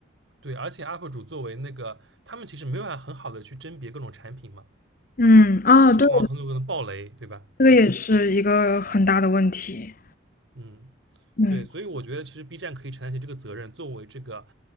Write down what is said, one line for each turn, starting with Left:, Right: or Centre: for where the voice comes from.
Right: 对，而且 UP 主作为那个他们其实没有办法很好的去甄别各种产品嘛，
Left: 嗯，啊，
Right: 就做完很多可能爆雷，
Left: 对，
Right: 对吧？
Left: 这个也是一个很大的问题。
Right: 嗯嗯。
Left: 嗯，
Right: 对，所以我觉得其实 B 站可以承担起这个责任，作为这个，